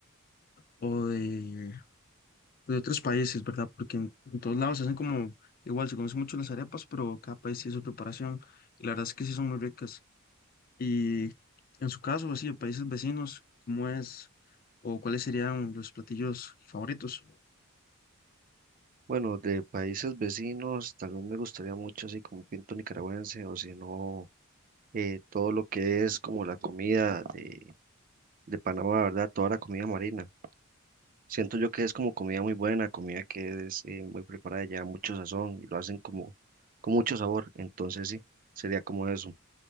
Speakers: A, on the left; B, on the right.
A: o de, de otros países, ¿verdad? Porque en, en todos lados se hacen como, igual se conocen mucho las arepas, pero cada país tiene su preparación, y la verdad es que sí son muy ricas. Y en su caso, así, de países vecinos, ¿cómo es o cuáles serían los platillos favoritos?
B: Bueno, de países vecinos, tal vez me gustaría mucho así como un pinto nicaragüense o si no, eh, todo lo que es como la comida de, de Panamá, ¿verdad? Toda la comida marina. Siento yo que es como comida muy buena, comida que es eh, muy preparada, lleva mucho sazón y lo hacen como con mucho sabor. Entonces sí, sería como eso.